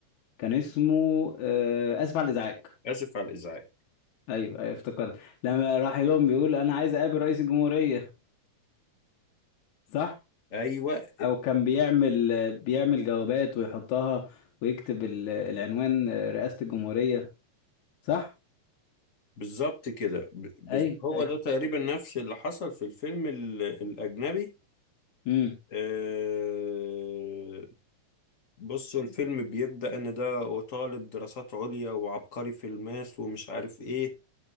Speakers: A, on the left; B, on the left.
A: كان اسمه آه، اسف على الازعاج
B: آسف على الإزعاج
A: ايوه ايوه افتكرت لما راح لهم بيقول انا عايز اقابل رئيس الجمهورية صح
B: أيوه
A: او كان بيعمل بيعمل جوابات ويحطها ويكتب ال- العنوان رئاسة الجمهورية صح
B: بالظبط كده ب-
A: ايوه
B: بز- هو
A: ايوه
B: ده تقريبا نفس اللي حصل في الفيلم ال- الأجنبي
A: امم
B: آه، بصوا الفيلم بيبدأ إن ده طالب دراسات عليا وعبقري في الماس ومش عارف إيه